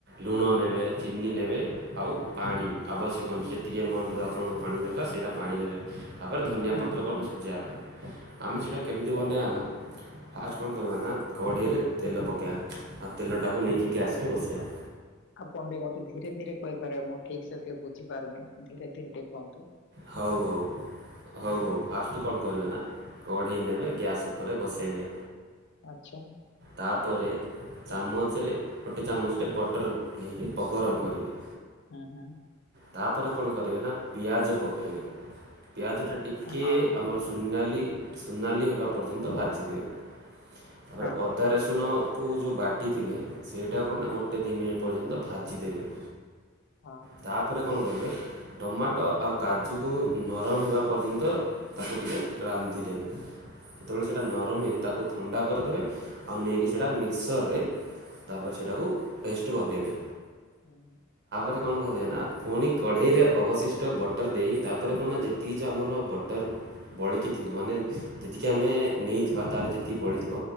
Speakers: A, on the right; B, on the left.
A: ଲୁଣ ନେବେ ଚିନି ନେବେ ଆଉ ପାଣି ଆବଶ୍ୟକ ଯେ ଏତିକି ଆମାଉଣ୍ଟରେ ଆପଣଙ୍କୁ ପାଣି ଦରକାର ସେଇଟା ପାଣି ଦେବେ ତାପରେ ଧନିଆ
B: ହୁଁ ଆଚ୍ଛା
A: ପତ୍ର କଣ ଶଝେଇବା ପାଇଁ। ଆମେ ସେଇଟା କେମିତି ବନେଇବା ନା। ଫାଷ୍ଟ କଣ କରିବା ନା କଢ଼େଇରେ ତେଲ ପକେଇବା ଆଉ ତେଲଟାକୁ ନେଇକି ଗ୍ୟାସରେ ବସେଇବା।
B: ଆପଣ ଟିକେ ମତେ ଧୀରେ ଧୀରେ କହିପାରିବେ ମୁଁ ଠିକ ସେ ଟିକେ ବୁଝିପାରୁନି। ଧୀରେ ଧୀରେ ଟିକେ କୁହନ୍ତୁ।
A: ହଉ ହଉ। ହଉ ହଉ ଫାଷ୍ଟ କଣ କରିବେ ନା କଢ଼େଇ ନେବେ ଗ୍ୟାସ୍ ଉପରେ ବସେଇବେ।
B: ଆଚ୍ଛା
A: ତାପରେ ଚାମଚରେ ଗୋଟେ ଚାମଚଟେ ବଟର୍ ନେଇକି ଗରମ କରିବେ।
B: ହଁ ହଁ।
A: ତାପରେ କଣ କରିବେ ନା ପିଆଜ ପକାଇବେ। ପିଆଜଟା ଟିକିଏ
B: ହଁ
A: ଆମର ସୁନାଲି ସୁନାଲି ହେବା ପର୍ଯ୍ୟନ୍ତ ଭାଜିଦେବେ। ତାପରେ
B: ହଁ ହଁ
A: ଅଦା ରେସୁଣ କୁ ଯେଉଁ ବାଟିଥିବେ ସେଇଟା କଣ ନା ଗୋଟେ ଦୁଇ ମିନିଟ୍ ପର୍ଯ୍ୟନ୍ତ ଭାଜିଦେବେ।
B: ହଁ।
A: ତାପରେ କଣ କରିବେ ଟମାଟୋ ଆଉ କାଜୁକୁ ନରମ ହେଲା ପର୍ଯ୍ୟନ୍ତ ତାକୁ ଟିକଏ ରାନ୍ଧିଦେବେ। ଯେତେବେଳେ ସେଇଟା ନରମ ହେଇଯ ତାକୁ ଥଣ୍ଡା କରିଦେବେ ଆଉ ନେଇକି ସେଇଟା ମିକ୍ସରରେ ତାପରେ ସେଇଟାକୁ ପେଷ୍ଟ ବନାଇବେ।
B: ହୁଁ ହୁଁ।
A: କଣ କରିବେ ନା ପୁଣି କଢେଇରେ ଅବଶିଷ୍ଟ ବଟ। <unintelligible> ବଟର ଦେଇ ତାପରେ କଣ ନା ଯେତିକି ଯେ ଆମର ବଟର ବଳକି ଥିବ ମାନେ ଯେତିକି ଆମେ ନେଇ ଯେତିକି ବଳିଥିବ